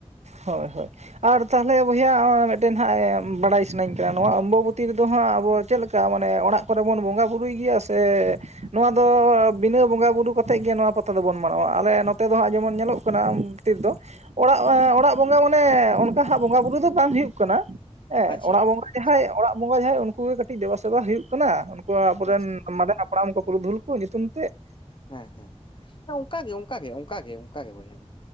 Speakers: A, on the right (about 80°); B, on the left (about 50°).
A: ᱦᱳᱭ, ᱦᱳᱭ ᱾ ᱟᱨ ᱛᱟᱦᱚᱞᱮ ᱵᱚᱭᱦᱟ ᱢᱤᱫᱴᱮᱱ ᱦᱟᱸᱜ ᱵᱟᱲᱟᱭ ᱥᱟᱱᱟᱧ ᱠᱟᱱᱟ ᱱᱚᱣᱟ ᱚᱢᱵᱟᱵᱚᱛᱤ ᱨᱮᱫᱚ ᱦᱟᱸᱜ ᱟᱵᱚ ᱪᱮᱫ ᱞᱮᱠᱟ ᱢᱟᱱᱮ ᱚᱲᱟᱜ ᱠᱚᱨᱮ ᱵᱚᱱ ᱵᱚᱸᱜᱟ ᱵᱩᱨᱩᱭ ᱜᱮᱭᱟ ᱥᱮ ᱱᱚᱣᱟ ᱫᱚ ᱵᱤᱱᱟᱹ ᱵᱚᱸᱜᱟ ᱵᱩᱨᱩ ᱠᱟᱛᱮᱫ ᱜᱮ, ᱱᱚᱣᱟ ᱯᱟᱛᱟ ᱫᱚᱵᱚᱱ ᱢᱟᱱᱟᱣᱟ᱾ ᱟᱞᱮ ᱱᱚᱛᱮ ᱫᱚ ᱦᱟᱸᱜ ᱡᱮᱢᱚᱱ ᱧᱮᱞᱚᱜ <inaudible> ᱚᱲᱟᱜ ᱚᱲᱟᱜ ᱵᱚᱸᱜᱟ ᱢᱟᱱᱮ ᱚᱱᱠᱟ ᱦᱟᱸᱜ ᱵᱚᱸᱜᱟ ᱵᱩᱨᱩ ᱫᱚ ᱵᱟᱝ ᱦᱩᱭᱩᱜ ᱠᱟᱱᱟ ᱾ ᱦᱮᱸ
B: ᱟᱪᱪᱷᱟ
A: ᱚᱲᱟᱜ ᱵᱚᱸᱜᱟ ᱡᱟᱦᱟᱸᱭ
B: ᱟᱪᱪᱷᱟ
A: ᱚᱲᱟᱜ ᱵᱚᱸᱜᱟ ᱡᱟᱦᱟᱸᱭ ᱩᱱᱠᱩ ᱜᱮ ᱠᱟᱹᱴᱤᱡ ᱫᱮᱵᱟ ᱥᱮᱵᱟ ᱦᱩᱭᱩᱜ ᱠᱟᱱᱟ ᱾ ᱟᱵᱚᱨᱮᱱ
B: ᱟᱪᱪᱷᱟ
A: ᱢᱟᱨᱮᱱ ᱦᱟᱯᱲᱟᱢ ᱠᱚ ᱯᱩᱨᱩᱫᱷᱩᱞ ᱠᱚ ᱧᱩᱛᱩᱢ ᱛᱮ ᱾
B: ᱦᱮᱸ, ᱦᱮᱸ ᱚᱱᱠᱟ ᱜᱮ, ᱚᱱᱠᱟ ᱜᱮ, ᱚᱱᱠᱟ ᱜᱮ, ᱚᱱᱠᱟ ᱜᱮ ᱵᱚᱭᱦᱟ